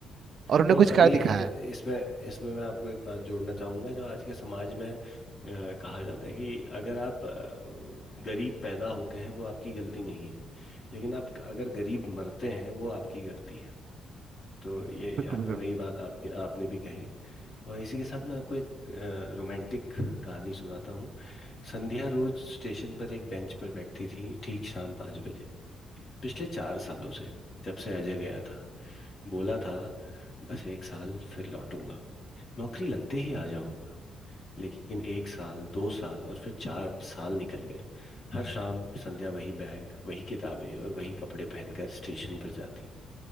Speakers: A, on the right; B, on the left.
A: और उन्हें
B: तो
A: कुछ
B: अभी
A: कर दिखाया
B: ज, इसमें इसमें मैं आपको एक बात जोड़ना चाहूंगा जो आज के समाज में अ, कहा जाता है कि अगर आप अ, गरीब पैदा होते हैं वो आपकी गलती नहीं है लेकिन आप अगर गरीब मरते हैं वो आपकी गलती है तो ये
A: बिल्कुल
B: यहाँ पे
A: बिल्कुल
B: वही बात आपके आपने भी कही और इसी के साथ मैं आपको एक रोमांटिक कहानी सुनाता हूँ संध्या रोज स्टेशन पर एक बेंच पर बैठती थी ठीक शाम पाँच बजे पिछले चार सालों से जब से अजय गया था बोला था बस एक साल फिर लौटूंगा नौकरी लगते ही आ जाऊंगा लेकिन एक साल दो साल और फिर चार साल निकल गए हर शाम संध्या वही बैग वही किताबें और वही कपड़े पहनकर स्टेशन पर जाती